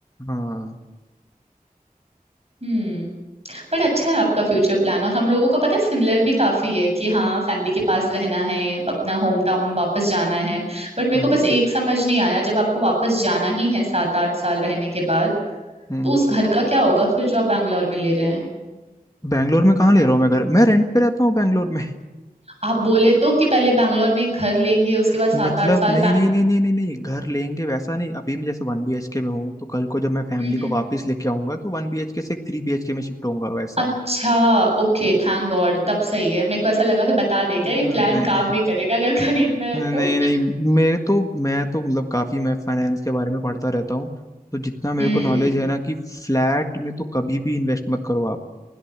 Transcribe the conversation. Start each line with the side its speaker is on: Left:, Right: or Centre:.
Left: हाँ
Right: हम्म बट अच्छा है आपका फ्यूचर प्लान और हम लोगों का पता है सिमिलर भी काफी है कि हाँ फैमिली के पास रहना है अपना होम टाउन वापस जाना है बट मेरे
Left: हम्म
Right: को बस एक समझ नहीं आया जब आपको वापस जाना ही है सात आठ साल रहने के बाद
Left: हम्म
Right: तो उस घर का क्या होगा फिर जो आप बैंगलोर में ले रहे हैं
Left: बैंगलोर में कहाँ ले रहा हूँ मैं घर मैं रेंट पे रहता हूँ बैंगलोर में
Right: आप बोले तो कि पहले बैंगलोर में एक घर लेंगे उसके
Left: <laughs>
Right: बाद सात
Left: मतलब
Right: आठ साल
Left: नहीं
Right: फैमिली
Left: नहीं नहीं नहीं नहीं नहीं घर लेंगे वैसा नहीं अभी मैं जैसे वन बी एच के में हूँ तो कल को जब मैं फैमिली
Right: हम्म
Left: को
Right: हम्म।
Left: वापस लेके आऊंगा तो वन बी एच के से एक थ्री बी एच के में शिफ्ट होऊंगा वैसा
Right: अच्छा ओके थैंक गॉड तब सही है मेरे को ऐसा लगा कि बता दे
Left: हम्म,
Right: क्या ये प्लान
Left: नहीं
Right: काम नहीं करेगा अगर <laughs> खरीदना है
Left: नहीं
Right: तो
Left: नहीं मेरे तो मैं तो मतलब काफी मैं फाइनेंस के बारे में पढ़ता रहता हूँ तो जितना मेरे
Right: हम्म
Left: को नॉलेज है ना कि फ्लैट में तो कभी भी इन्वेस्ट मत करो आप